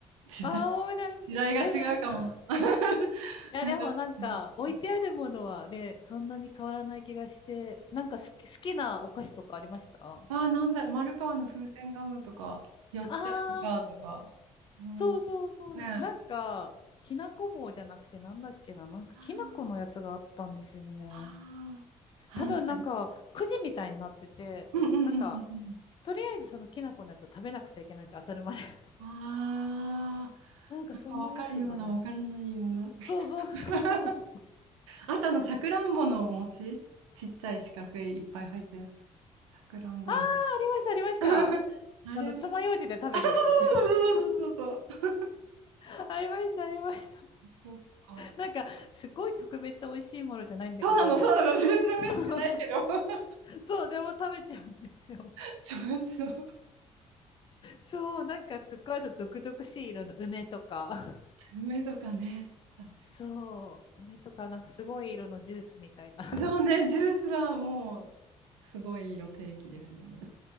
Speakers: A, on the right; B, on the left.
A: 時代、
B: ああ、思い出す。
A: 時代が違うかもな。
B: え、でも、<laughs> い
A: <laughs>
B: や、
A: なんか、
B: でもなんか、
A: うん
B: 置いてあるものはね、そんなに変わらない気がして、なんか好き、好きなお菓子とかありました
A: ああ、なんだ、丸川の風船ガムとか、よっちゃんかとか、
B: ああ
A: うん、
B: そうそうそうです。
A: ねえ。あ
B: なんか、きなこ棒じゃなくてなんだっけな、なんかきなこのやつがあったんですよね。
A: あ、ああ、
B: 多分なんかくじみたいになってて、
A: あなんか、うんうんうんうんうん。
B: なんか、とりあえずそのきなこのやつを食べなくちゃいけないって当たるまで。<laughs>
A: ああ、
B: なんかそんなやつがありました。
A: なんかわかるような、わからないような。<laughs>
B: そうそうそうそうそう。
A: あとあの、さくらんぼの餅。ちっちゃい四角いいっぱい入ったやつ。さくらんぼも。
B: ああ、ありました、ありました。
A: <laughs> あれも。
B: あの、爪楊枝で食べるやつ。
A: あ、そうそうそうそうそうそうそう
B: <laughs> ありました、ありました。
A: そう。そっか。
B: なんか、すごい特別美味しいものじゃないんだけど、
A: そうなの、そうなの。全然美味しくないけど。
B: <laughs>
A: <laughs>
B: そう、でも食べちゃうんですよ。
A: そうそう。
B: そう、なんかすっごいあと毒々しい色の梅とか、<laughs>
A: 梅とかね。確か
B: そう、梅とかなんかすごい色のジュースみたいな。<laughs>
A: に。そうね、ジュースはもう、すごい色定期ですよね。